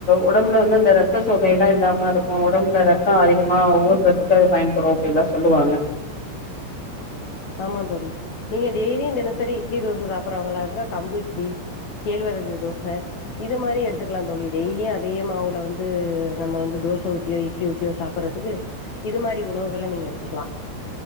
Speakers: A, on the left (about 15°); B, on the left (about 80°).
A: ஒடம்புல வந்து அந்த ரத்த சோகை எல்லா இல்லாம இருக்கு ஒடம்புல ரத் க்கா அதிகமா ஊர்றதுக்கு அது பயன்படு அப்டி எல்லா சொல்லுவாங்க
B: ஆமா தோழி நீங்க டெய்லியு தினசரி இட்லி தோச சாப்புடுறவங்ளா இருந்தா கம்பு இட்லி கேழ்வரகு தோச இது மாரி எடுத்துக்கலா தோழி டெய்லியு அதே மாவுல வந்து நம்ம வந்து தோச ஊத்தியோ இட்லி ஊத்தியோ சாப்றதுக்கு இது மாரி உணவுகள நீங்க எடுத்துக்கலா